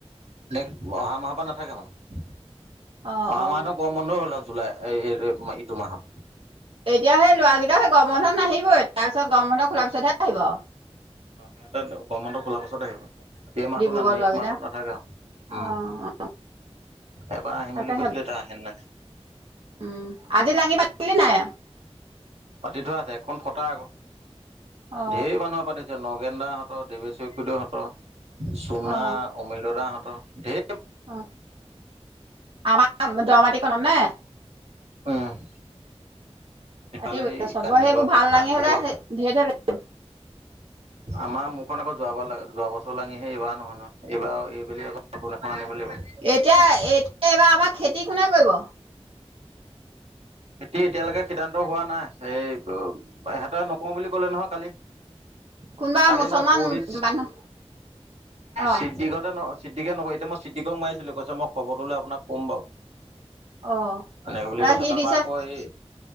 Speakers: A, on the right (about 75°); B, on the right (about 55°).
A: নেক্স, অহা মাহৰ পৰা নাথাকে মানে।
B: অ
A: অহা
B: অ
A: মাহতো কম বন্ধ হ'ল জুলাই, এ ইটো মাহত <inaudible>
B: এতিয়া সেই লৰা কেইটা সেই গৰ বন্ধত নাহিবই, তাৰ পিছত গৰম বন্ধত খোলাৰ পিছতহে আহিব <inaudible>
A: অ' সিহতে গৰম বন্ধ খোলা গছতে আহিব। এই মাহথো
B: ডিব্ৰুগড়
A: ন নেক্সট
B: ল'ৰাকেইটা
A: মান্থত নাথাকা আৰু, ‌ উম।
B: অ অ
A: এবাৰ আহিম
B: তাকেহে
A: বুলি কৈছিলে, এতিয়া আহে নে নাহে
B: উম আজি লাঙি পাতিছিলি নাই?
A: পাতি থোৱা আছে, এখণ কটা আকৌ।
B: অ
A: ধঢেৰ মানুহ পাতিছে, নগ গেদা সঁতৰ, দেৱেশ চখুদহঁত চুনা
B: অ
A: অমেলৰাত ত ধে
B: অ', আমাৰ দ মাটি কনাম নে?
A: উম। ইফালে
B: ৰাতি
A: সেই
B: চবৰ
A: কান্দিগড়
B: সেইবোৰ ভাল লাঙি
A: কান্দিগড়
B: হলে, ধেৰ হলে <unintelligible>
A: আমাৰ মোৰখন আকৌ যোৱাৰ যোৱ বছৰ লাঙিহে এইবাৰ নহয় নহয়, এইবাৰ <unintelligible> এইব আকৌন এখন আ <unintelligible> মান
B: এতিয়া
A: পছে <unintelligible>
B: এতিয়া এইবাৰ আমাৰ খেতি কোনে কৰিব
A: খেতি এতিয়ালৈকে সিদ্ধান্ত হোৱা নাই, সেই সতে নকওঁ বুলি ক'লে নহয় কালি
B: কোনোবা
A: কালি
B: মুছলমান
A: ন পৰহি
B: মানুহ অ
A: চিদিগতে ন? চিদিকে নকয়, এতি মই চিদিকক মৰিছিলো কৈছে, মই খবৰটো লৈ আপোনাক কম বাৰু।
B: অ
A: এনেকে বুলি কৈছ,
B: সি
A: তাৰ
B: দিছে
A: পৰা আকৌ এই